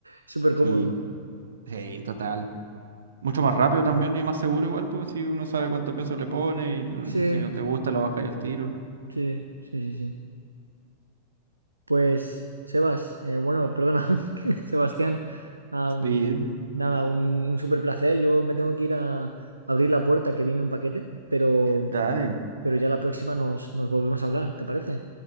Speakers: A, on the right; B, on the right.
A: Súper
B: Sí,
A: cómodo, ¿no?
B: sí, total. Mucho más rápido también y más seguro igual, pues si uno sabe cuánto peso le pone y tal,
A: Sí,
B: si no te gusta lo bajas al tiro.
A: sí, sí, sí, sí. Pues, Sebas, eh, bueno, perdona, <laughs> Sebastián, am,
B: Sí,
A: nada, un, un súper placer. Yo me tengo que ir a abrir la puerta que viene un paquete, pero,
B: dale.
A: pero ya la próxima nos, nos volvemos a hablar, ¿te parece?